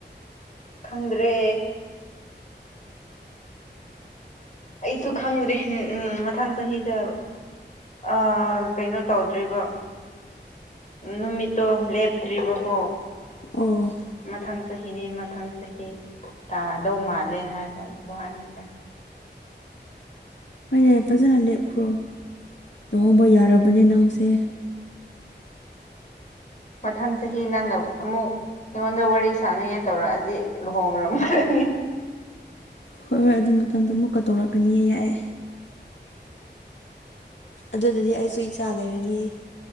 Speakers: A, on the left; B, on the left.
A: ꯈꯪꯗ꯭ꯔꯦ ꯑꯩꯁꯨ ꯈꯪꯗ꯭ꯔꯦ ꯎꯝ ꯃꯊꯪ ꯆꯍꯤꯗ ꯑ ꯀꯩꯅꯣ ꯇꯧꯗ꯭ꯔꯤꯕ ꯅꯨꯃꯤꯠꯇꯣ ꯂꯦꯞꯇ꯭ꯔꯤꯕꯀꯣ
B: ꯑꯣ
A: ꯃꯊꯪ ꯆꯍꯤꯗꯤ ꯃꯊꯪ ꯆꯍꯤ ꯇꯥꯗꯧ ꯃꯥꯜꯂꯦ ꯍꯥꯏꯕ ꯋꯥꯅꯤ ꯗꯥ
B: ꯍꯣꯏꯅꯦ ꯐꯖꯅ ꯂꯦꯞꯈ꯭ꯔꯣ ꯂꯨꯍꯣꯡꯕ ꯌꯥꯔꯕꯅꯦ ꯅꯪꯁꯦ
A: ꯃꯊꯪ ꯆꯍꯤ ꯅꯪꯅ ꯑꯃꯨꯛ ꯑꯩꯉꯣꯟꯗ ꯋꯥꯔꯤ ꯁꯥꯟꯅꯉꯥꯏ ꯇꯧꯔꯛꯑꯗꯤ ꯂꯨꯍꯣꯡꯔꯝꯔꯅꯤ
B: ꯍꯣꯏ ꯍꯣꯏ ꯑꯗꯨ ꯃꯇꯝꯗ ꯃꯨꯛꯀ ꯇꯧꯔꯛꯀꯅꯤꯌꯦ ꯌꯥꯏꯑꯦ ꯑꯗꯨꯗꯗꯤ ꯑꯩꯁꯨ ꯏꯆꯥ ꯂꯩꯔꯅꯤ